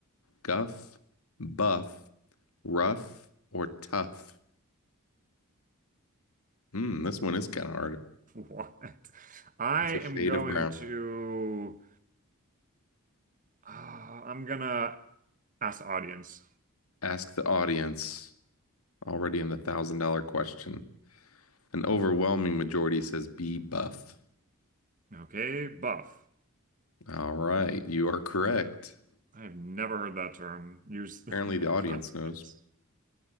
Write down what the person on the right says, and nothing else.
What? I
am
going
to. Uh, I'm gonna ask the audience.
Okay, buff.
I have never heard that term used <laughs> in
that
context.